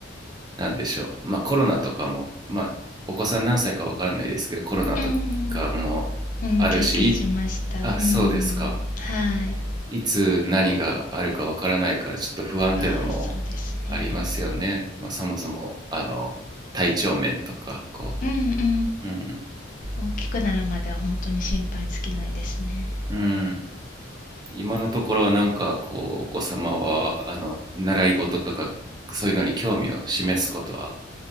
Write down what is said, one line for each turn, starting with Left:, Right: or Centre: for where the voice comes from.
Right: なんでしょう、まあ、コロナとかも、まあ、お子さん何歳かわからないですけど、コロナとかもあるし、
Left: うんうん経験しましたうんはい
Right: あ、そうですか。いつ何があるかわからないから、ちょっと不安っていうのも
Left: ああそうですね
Right: ありますよね。まあ、そもそも、あの、体調面とか、こ
Left: うんうんう
Right: う。うん。
Left: ん大きくなるまでは本当に心配尽きないですね
Right: うん。今のところはなんか、こう、お子様は、あの、習い事とか、そういうのに興味を示すことは